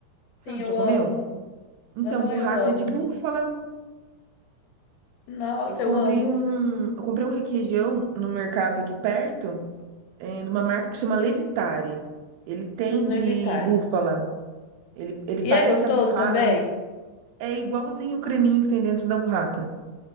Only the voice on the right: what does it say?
Sabe?
Já comeu?
Então,
burrata
é de búfala,
Eu comprei
um, eu comprei um requeijão no mercado aqui perto, é, de uma marca que chama Levitare. Ele tem
de búfala. Ele, ele
parece
a burrata.
É igualzinho o creminho que tem dentro da burrata.